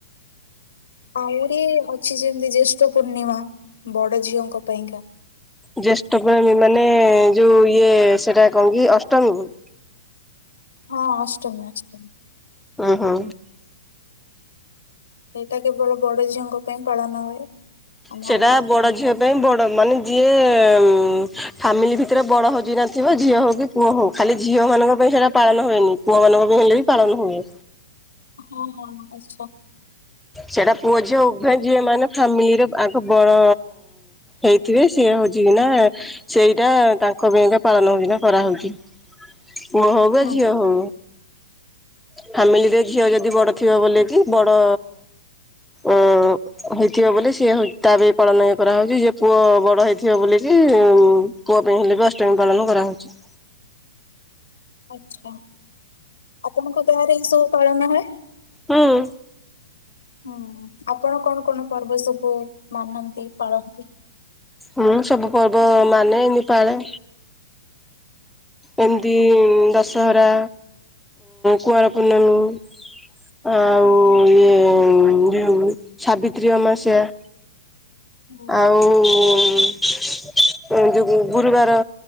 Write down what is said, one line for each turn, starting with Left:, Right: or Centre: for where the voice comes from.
Left: ଆହୁରି ଅଛି ଯେମିତି ଜ୍ୟେଷ୍ଠ ପୂର୍ଣ୍ଣିମା ବଡ ଝିଅଙ୍କ ପାଇଁକା।
Centre: ଜ୍ୟେଷ୍ଠ ପୂର୍ଣ୍ଣମୀ ମାନେ ଯୋଉ ଇଏ ସେଟା କଣ କିି ଅଷ୍ଟମୀକୁ
Left: ହଁ ଅଷ୍ଟମୀ ଅଷ୍ଟମୀ।
Centre: ଉଁ ହୁଁ।
Left: ଏଇଟା କେବଳ ବଡ ଝିଅଙ୍କ ପାଇଁ ପାଳନ ହୁଏ। ଆମ
Centre: ସେଟା
Left: ଗାଁ-
Centre: ବଡ
Left: ଗାଁରେ
Centre: ଝିଅ ପାଇଁ ବଡ ମାନେ ଯିଏ ଫାମିଲି ଭିତରେ ବଡ ହଉଛି ନଥିବ ଝିଅ ହଉ କି ପୁଅ ହଉ ଖାଲି ଝିଅମାନଙ୍କ ପାଇଁ ସେଇଟା ପାଳନ ହୁଏନି। ପୁଅମାନଙ୍କ ପାଇଁ ହେଲେ ବି ପାଳନ ହୁଏ।
Left: ହଁ ହଁ ଆଚ୍ଛା।
Centre: ସେଟା ପୁଅ ଝିଅ ଉଭୟ ଝିଅ ମାନେ ଫାମିଲିରେ ତାଙ୍କ ବଡ ହେଇଥିବେ ସିଏ ହଉଛି କିିନା ସେଇଟା ତାଙ୍କ ପାଇଁକା ପାଳନ ହୁଏ ନା କରାହୁଏ। ପୁଅ ହଉ ବା
Left: ହୁଁ
Centre: ଝିଅ ହଉ। ଫାମିଲିରେ ଝିଅ ଯଦି ବଡ ଥିବ ବୋଲି କି ବଡ ଉ ହେଇଥିବ ବୋଲି ସିଏ ହ ତା ବି ପାଳନ ଇଏ କରାହଉଛି, ଯେ ପୁଅ ବଡ ହେଇଥିବ ବୋଲିକିି ପୁଅ ପାଇଁ ହେଲେ ବି ଅଷ୍ଟମୀ ପାଳନ କରାହଉଛି।
Left: ଆଛା ଆପଣଙ୍କ ଗାଁରେ ଏଇ ସବୁ ପାଳନ ହଏ।
Centre: ହୁଁ।
Left: ହୁଁ ଆପଣ କଣ କଣ ପର୍ବ ସବୁ ମାନନ୍ତି ପାଳନ୍ତି।
Centre: ହୁଁ ସବୁ ପର୍ବ ମାନେ ନିପାଳେ। ଏମିତି
Left: ହୁଁ ହୁଁ
Centre: ଦଶହରା କୁଆଁର ପୂର୍ଣ୍ଣମୀ। ଆଉ ଇଏ ଯୋଉ ସାବିତ୍ରୀ ଅମାବାସ୍ୟା।
Left: ହୁଁ
Centre: ଆଉ ଉଁ ଯୋଉ ଗୁରୁବାର